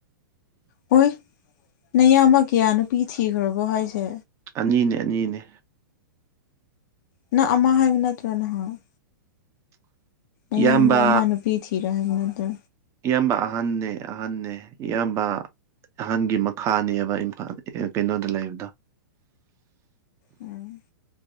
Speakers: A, on the left; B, on the right.
A: ꯍꯣꯏ ꯅꯌꯥꯝꯕ ꯀꯌꯥ ꯅꯨꯄꯤ ꯊꯤꯈ꯭ꯔꯕꯣ ꯍꯥꯏꯁꯦ
B: ꯑꯅꯤꯅꯦ ꯑꯅꯤꯅꯦ
A: ꯅ ꯑꯃꯥ ꯍꯥꯏꯕ ꯅꯠꯇꯔꯦ ꯅꯍꯥꯅ ꯑꯌꯥꯝꯕ
B: ꯏꯌꯥꯝꯕ
A: ꯑꯃ ꯅꯨꯄꯤ ꯊꯤꯔꯣ ꯍꯥꯏꯕ ꯅꯠꯇ꯭ꯔ
B: ꯏꯌꯥꯝꯕ ꯑꯍꯟꯅꯦ ꯑꯍꯟꯅꯦ ꯏꯌꯥꯝꯕ ꯑꯍꯥꯟꯒꯤ ꯃꯈꯥꯅꯦꯕ ꯏꯝꯐꯥꯜ ꯀꯩꯅꯣꯗ ꯂꯩꯕꯗꯣ
A: ꯎꯝ